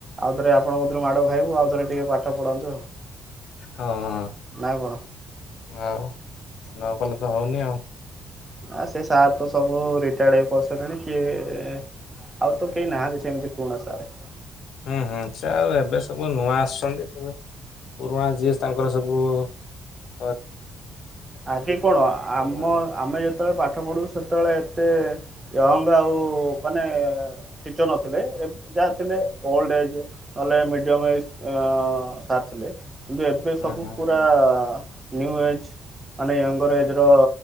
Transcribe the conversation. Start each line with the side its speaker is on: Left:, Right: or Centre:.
Right: ଆଉଥରେ ଆପଣଙ୍କତୁରୁ ମାଡ଼ ଖାଇବୁ ଆଉଥରେ ଟିକେ ପାଠ ପଢାନ୍ତୁ ଆଉ।
Left: ହଁଁ ହଁ।
Right: ନା ଆଉ କଣ?
Left: ଆଉ ନ ପଢିଲେ ତ ହୋଉନି ଆଉ।
Right: ନା ସେ ସାର୍ ତ ସବୁ ରିଟାୟାର୍ଡ କରିସାରିଲେଣି କିଏ ଆଉ ତ କେହି ନାହାନ୍ତି ସେମିତି ପୁରୁଣା ସାରେ।
Left: ହୁଁ ହୁଁ ସେ ଆଉ ଏବେ ସବୁ ନୂଆ ଆସିୁଛନ୍ତି ସେବେ ପୁରୁଣା ଜିଏ ତାଙ୍କର ସବୁ ସ
Right: ଆଗେ କଣ ଆମ
Left: ଘରକୁ
Right: ଆମେ ଯେତେବେଳେ ପାଠ ପଢୁ ସେତେବେଳେ ଏତେ ୟଙ୍ଗ ଆଉ ମାନେ ଟିଚର ନଥିଲେ ଯାହା ଥିଲେ ଓଲ୍ଡ ଏଜ। ନେହେଲେ ମିଡିୟମ ଏଜ୍ ସାର ଥିଲେ। କିନ୍ତୁ ଏବେ
Left: ହୁଁ
Right: ସବୁ
Left: ହୁଁ
Right: ପୁରା ନ୍ୟୁ ଏଜ୍। ମାନେ ୟଙ୍ଗର ଏଜ୍ ର